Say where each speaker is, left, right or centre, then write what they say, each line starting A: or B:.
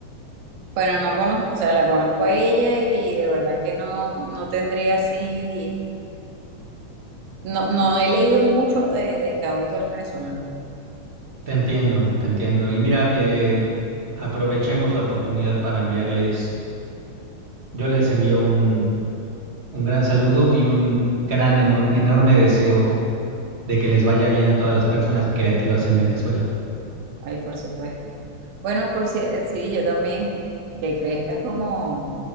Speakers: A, on the right; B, on the right.
A: Bueno, no conozco, o sea, la conozco a ella y de verdad que no, no tendría así, no, no he leído mucho eh, de acá autores venezolanos.
B: Te entiendo, te entiendo. Y mira, eh, aprovechemos la oportunidad para enviarles Yo les envío un, un gran saludo y un gran, enorme, enorme deseo de que les vaya bien a todas las personas creativas en Venezuela.
A: Ay, por supuesto. Bueno, por si, sí, yo también, que crezcan como,